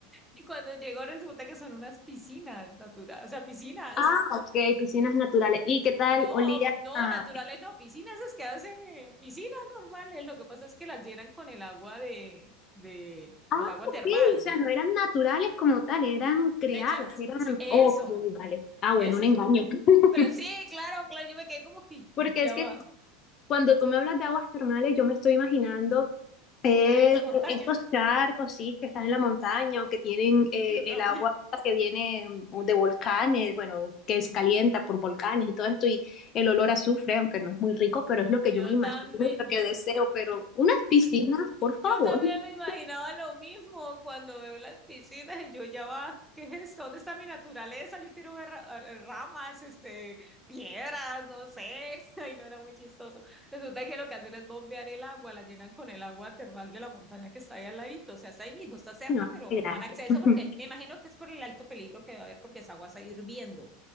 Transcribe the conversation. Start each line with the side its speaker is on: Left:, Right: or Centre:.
Centre: Y cuando llego resulta que son unas piscinas naturales, o sea, piscinas.
Left: Ah,
Centre: <laughs>
Left: ok, piscinas naturales. ¿Y qué tal
Centre: No,
Left: olía?
Centre: no,
Left: a-
Centre: naturales no, piscinas es que hace piscinas normales. Lo que pasa es que las llenan con el agua de, de,
Left: Ah,
Centre: el agua
Left: ok,
Centre: termal.
Left: o sea, no eran naturales como tal, eran creadas,
Centre: Le echas
Left: eran...
Centre: sí, eso,
Left: Ok, vale. Ah, bueno,
Centre: eso.
Left: un engaño.
Centre: es-
Left: <laughs>
Centre: Pero sí, claro, claro, yo me quedé como que
Left: Porque
Centre: y ya
Left: es que
Centre: va,
Left: cuando tú me hablas de aguas termales, yo me estoy imaginando Eh,
Centre: en medio de una montaña.
Left: estos charcos, sí, que están en la montaña o que tienen eh,
Centre: Yo
Left: el
Centre: también.
Left: agua que viene mm, de volcanes, bueno, que se calienta por volcanes y todo esto, y el olor a azufre, aunque no es muy rico, pero es lo que
Centre: Yo
Left: yo me imagino,
Centre: también,
Left: y lo que deseo, pero unas piscinas, por favor.
Centre: Yo también
Left: <laughs>
Centre: me imaginaba lo mismo cuando veo las piscinas y yo ya va, ¿qué es esto? ¿Dónde está mi naturaleza? Yo quiero ver ra- eh, ramas, este, piedras, no sé. <laughs> Ay, no era muy chistoso. Resulta que lo que hacen es bombear el agua, la llenan con el agua termal de la montaña que está ahí al ladito, o sea, está ahí mismo, está cerca,
Left: No,
Centre: pero
Left: gracias.
Centre: no han acceso porque me
Left: <laughs>
Centre: imagino que es por el alto peligro que va a haber porque esa agua está hirviendo.